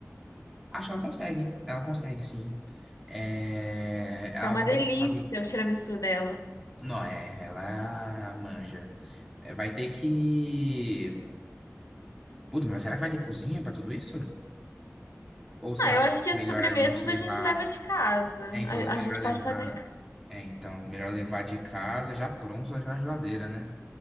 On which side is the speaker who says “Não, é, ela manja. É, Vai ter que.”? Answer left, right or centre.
Centre